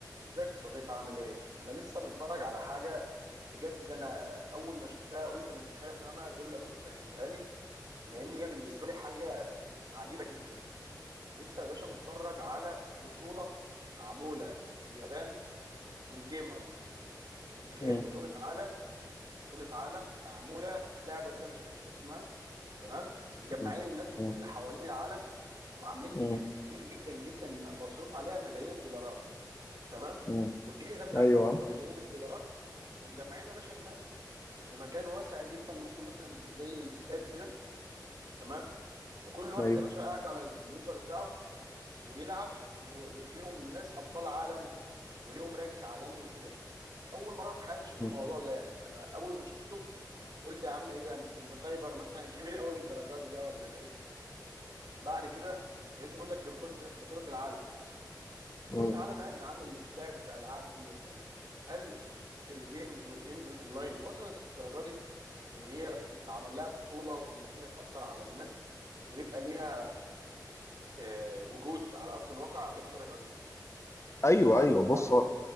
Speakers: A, on the right (about 75°); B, on the left (about 40°).
A: ازيك يا صديقي عامل ايه؟ انا لسه متفرج على حاجه بجد انا اول ما شفتها قلت انا مستحيل افهمها غير لو انت فهمتها لي لان هي بالنسبه لي حاجه عجيبه جدا لسه يا باشا متفرج على بطوله معموله في اليابان للجيمرز انت متخيل
B: مم.
A: بطوله عالم بطوله عالم معموله في لعبه كده مش فاكر اسمها تمام مجمعين
B: مم.
A: الناس من
B: مم.
A: كل حوالين العالم وعاملين ايفنت
B: مم.
A: كبير جدا جدا مصروف عليها ملايين الدولارات تمام
B: مم.
A: والجائزه بتاعتها
B: ايوه
A: برضو ملايين الدولارات ومجمعين يا باشا الناس في مكان واسع جدا ممكن مثلا زي الاستاد كده تمام وكل واحد
B: ايوه
A: يا باشا قاعد على الكمبيوتر بتاعه وبيلعب و- وفيهم ناس ابطال عالم وليهم رانك عالمي وكده اول مره في حياتي اشوف
B: مم.
A: الموضوع ده يعني انا اول ما شفته قلت يا عم ايه ده مثلا ده سايبر مثلا <laughs> كبير قوي للدرجه دي ده ولا ده ايه ده بعد كده لقيته بيقول لك دي بطوله بطوله العالم بطوله
B: مم.
A: عالم ايه يا جدعان اللي بتتلعب في العاب ديت يعني هل الجيمز والجيمز الاونلاين وصلت للدرجه دي ان هي يتعمل لها بطوله وان هي تاثر على الناس ويبقى ليها آه، وجود على ارض الواقع للدرجه دي
B: ايوه
A: انا مش عارف
B: ايوه
A: بصراحه
B: بص